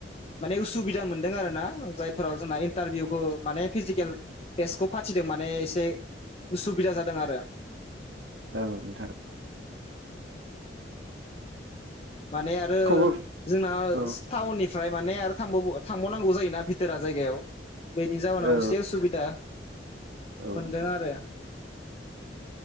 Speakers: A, on the left; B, on the right.
A: माने उसुबिदा मोन्दों आरो ना जाय। फोराव जोंना इन्टारभिउखो माने फिजिकेल टेस्टखौ फाथिदों माने एसे उसुबिदा जादों आरो।
B: औ नोंथां
A: <inaudible> माने आरो
B: खबर
A: जोंना
B: औ
A: टाउननिफ्राय माने आरो थांबाव थांबावनांगौ जायोना भिथोरा जायगायाव। बेनि जाउनाव
B: औ
A: असे उसुबिदा
B: औ
A: मोनदों
B: नोंथां
A: आरो।